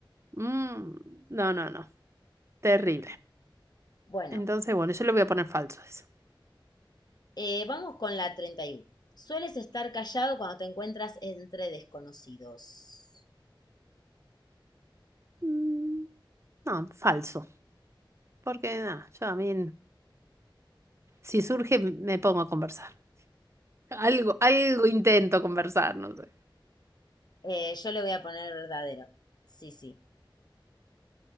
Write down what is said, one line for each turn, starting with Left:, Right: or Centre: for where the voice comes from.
Right: Mm, no, no, no. Terrible.
Left: Bueno,
Right: Entonces, bueno, yo le voy a poner falso a eso.
Left: eh, vamos con la 31. Sueles estar callado cuando te encuentras entre desconocidos.
Right: Mm, no, falso. Porque nada, yo a mí, si surge, me pongo a conversar. Algo, algo intento conversar, no sé.
Left: Eh, yo le voy a poner verdadero. Sí, sí.